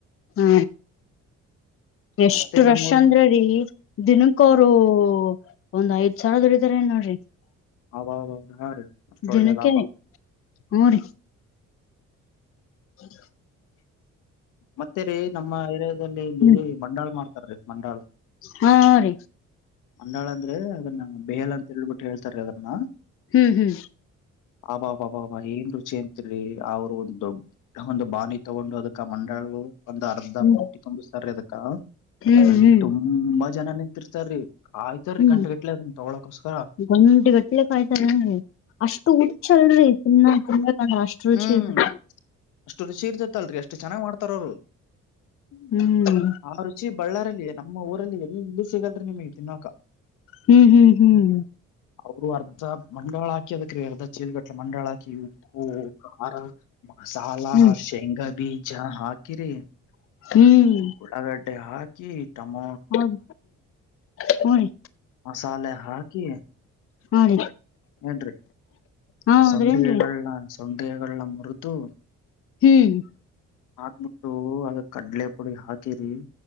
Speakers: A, on the left (about 45°); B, on the left (about 85°).
A: ಹಾ ಎಷ್ಟ
B: ಮತ್ತೆ
A: ರಷ
B: ನಮ್ಮೂರ
A: ಅಂದ್ರ ರೀ ದಿನಕ್ಕ
B: ಹ್ಮ್
A: ಅವರು ಒಂದ್ ಐದ್ ಸಾವರ ದುಡತಾರೆ ನೋಡ್ರಿ
B: ಹ <unintelligible> ಹಾ ರೀ ಅಷ್ಟ
A: ದಿನಕ್ಕೆ
B: ಒಳ್ಳೆ ಲಾಭ
A: ಹ್ರಿ <inaudible>
B: ಮತ್ತೇ ರೀ ನಮ್ಮ ಏರಿಯಾದಲ್ಲಿ
A: ಹ್ಮ್
B: ಇಲ್ಲಿ ಮಂಡಾಳ್ ಮಾಡ್ತಾರೀ ಮಂಡಾಳ
A: ಹಾ ಹ ರೀ
B: ಮಂಡಾಳ ಅಂದ್ರೆ ಅದನ್ನ ಬೇಲ್ ಅಂತ ಹೇಳ್ಬಿಟ್ಟು ಹೇಳ್ತಾರೆ ಅದನ್ನ
A: ಹ್ಮ್ ಹ್ಮ್
B: ಅಬಬಬಬ ಏನ್ ರುಚಿ ಅತ್ರಿ ಅವ್ರು ಒಂದುಡ್ ಒಂದು ಬಾಣಿ ತಗೊಂಡು ಅದಕ್ಕ ಮಣ್ <unintelligible> ಒಂದು ಅರ್ಧ
A: ಹ್ಮ್
B: ಪುಟ್ಟಿ ತುಂಬ್ಸತ್ತರೀ ಅದಕ್ಕ
A: ಹ್ಮ್
B: ಅಲ್ಲಿ
A: ಹ್ಮ್
B: ತುಂಬ್ ತುಂಬಾ ಜನ ನಿಂತಿರ್ತಾ ರೀ ಕಾಯ್ತ್
A: ಹ್ಮ್
B: ರೀ ಗಂಟ್ ಗಂಟ್ಲೆ ಅದನ್ನ ತಗಳಕೋಸ್ಕರ.
A: ಗಂಟೆಗಟ್ಲೆ ಕಾಯ್ತಾರೆ ಅಷ್ಟು ಹುಚ್ಚ್ ಹಿಡ್ದತಿ ತಿನ್ನ ತಿಂಬಕಂದ್ರ ಅಷ್ಟು ರುಚಿ
B: ಹ್ಮ್
A: ಇರ್ತತಿ.
B: ಅಷ್ಟು ರುಚಿ ಇರ್ತತೆ ಅಲ್ರೀ ಅಷ್ಟು ಚೆನ್ನಾಗ್ ಮಾಡತಾರ ಅವರು.
A: ಹ್ಮ್
B: ಆ ರುಚಿ ಬಳ್ಳಾರಲ್ಲಿ ನಮ್ಮ್ ಊರಲ್ಲಿ ಎಲ್ಲೂ ಸಿಗಲ್ ನಿಮಗ್ ತಿನೋಕ
A: ಹ್ಮ್ ಹ್ಮ್ ಹ್ಮ್
B: ಅವರು ಅರ್ಧ ಮಂಡಾಳ್ ಹಾಕಿ ಅದಕ ರೀ ಅರ್ಧ ಚೀಲ್ಗಟ್ಲೆ ಮಂಡಾಳ್ ಹಾಕಿ ಉಪ್ಪು ಖಾರ ಮಸಾಲ
A: ಹ್ಮ್
B: ಶೇಂಗಾ ಬೀಜ ಹಾಕಿರಿ.
A: ಹ್ಮ್
B: ಉಳ್ಳಗಡ್ಡೆ ಹಾಕಿ ಟಮೊ
A: ಹ್ಮ್ ಹ್ಮ್ ರೀ
B: ಮಸಾಲೆ ಹಾಕಿ
A: ಹ ರೀ
B: ಏನ್ರಿ
A: ಹೌದ್ರೇನ್ರಿ
B: ಸಂಡಿಗೆಗಳನ ಸಂಡಿಗೆಗಳ ಮುರುದು
A: ಹ್ಮ್
B: ಹಾಕ್ಬಿಟ್ಟು ಅದ್ ಕಡ್ಲೆ ಪುಡಿ ಹಾಕಿರಿ